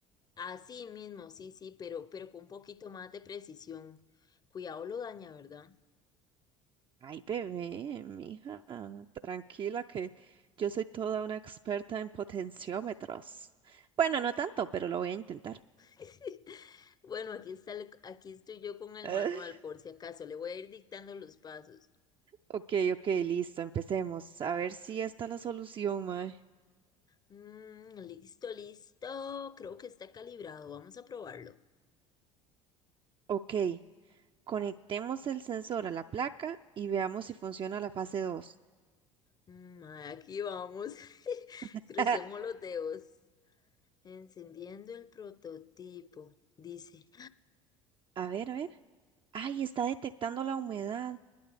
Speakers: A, on the left; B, on the right.
A: Así mismo, sí, sí, pero, pero con un poquito más de precisión. Cuidado lo daña, ¿verdad?
B: Ay, bebé, mija, tranquila que yo soy toda una experta en potenciómetros. Bueno, no tanto, pero lo voy a intentar.
A: <laughs> Bueno, aquí está, el- aquí estoy yo con el
B: <laughs>
A: manual, por si acaso. Le voy a ir dictando los pasos.
B: Ok, ok, listo, empecemos. A ver si esta es la solución, mae.
A: Mm, listo, listo. Creo que está calibrado. Vamos a probarlo.
B: Ok, conectemos el sensor a la placa y veamos si funciona la fase 2.
A: Mm, aquí vamos. <laughs>
B: <laughs>
A: Crucemos los dedos. Encendiendo el prototipo. Dice,
B: A ver, a ver. Ay, está detectando la humedad.